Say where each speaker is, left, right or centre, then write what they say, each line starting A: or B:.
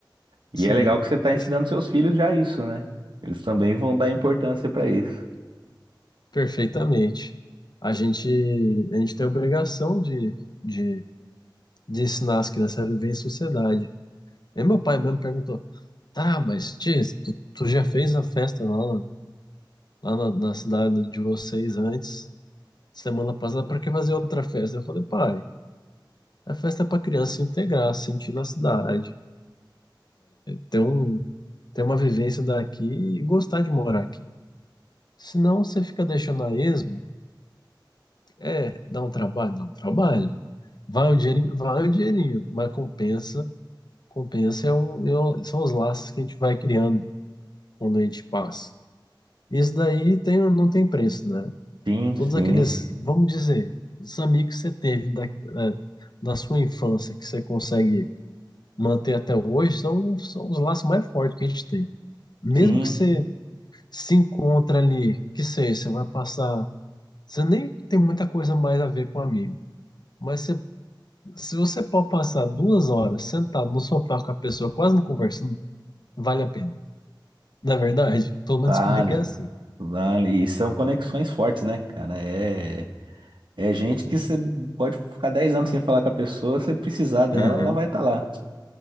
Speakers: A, on the right; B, on the left.
A: E
B: Sim,
A: é legal que você está
B: isso-
A: ensinando seus filhos já isso, né? Eles também vão dar importância para isso.
B: perfeitamente. A gente, a gente tem a obrigação de, de, de ensinar as crianças a viver em sociedade. E meu pai mesmo perguntou: Tá, mas tia, tu, tu já fez a festa lá, na- lá na, na cidade de vocês antes, semana passada, pra que fazer outra festa? Eu falei: Pai, a festa é pra criança se integrar, se sentir na cidade, ter um, ter uma vivência daqui e gostar de morar aqui. Senão você fica deixando a esmo, é, dá um trabalho, dá um trabalho. Vai o dinheirinho, vai o dinheirinho, mas compensa, compensa é um, é um- são os laços que a gente vai criando quando a gente passa. Isso daí tem, não tem preço, né?
A: Sim,
B: Todos
A: sim,
B: aqueles, vamos dizer, os amigos que você teve da, é, da sua infância, que você consegue manter até hoje, são, são os laços mais fortes que a gente tem. Mesmo
A: sim,
B: que você se encontra ali, que seja, você vai passar. Você nem tem muita coisa mais a ver com um amigo. Mas você- se você pode passar duas horas sentado no sofá com a pessoa, quase não conversando, vale a pena. Na verdade, pelo menos
A: vale,
B: comigo é assim.
A: vale. E são conexões fortes, né, cara? É, é gente que você pode ficar 10 anos sem falar com a pessoa, se precisar dela,
B: Uhum.
A: ela vai estar lá.